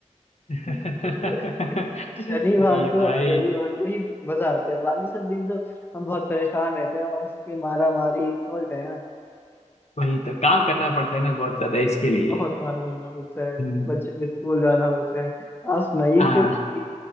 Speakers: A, on the left (about 60°); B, on the left (about 15°).
A: <laughs>
B: <laughs> मतलब शनिवार
A: सही है
B: को
A: भाई
B: और रविवार को ही मजा आता है बाकी सब दिन तो हम बहुत परेशान रहते हैं और उसकी मारा मारी समझ रहे हैं ना
A: वही तो काम करना पड़ता है ना बहुत ज्यादा
B: ए,
A: इसके लिए
B: बहुत काम करना पड़ता है
A: हम्म,
B: बच्चों के स्कूल जाना पड़ता है आप सुनाइए
A: हाँ
B: फिर एक